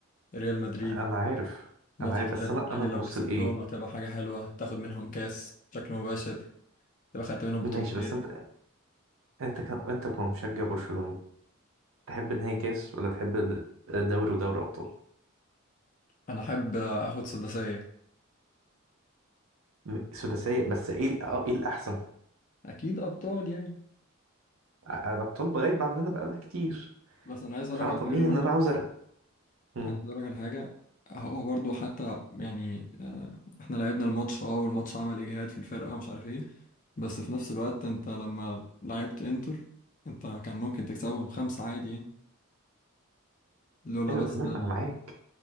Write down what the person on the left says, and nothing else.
ريال مدريد
ماتش
ثالث
على التالي
لو كسبتهم
هتبقى حاجة حلوة تاخد منهم كاس بشكل مباشر تبقى خدت منهم بطولتين
انا احب آه، اخد سداسية
اكيد ابطال يعني
بس انا عايز اقول
لك على
حاجة برضو
عايز اقول لك على حاجه هو برضو حتى يعني آه، احنا لعبنا الماتش اه والماتش عمل اجهاد في الفرقه ومش عارف ايه بس في نفس الوقت انت لما لعبت انتر انت كان ممكن تكسبهم خمسة عادي يعني لولا
بس
ال...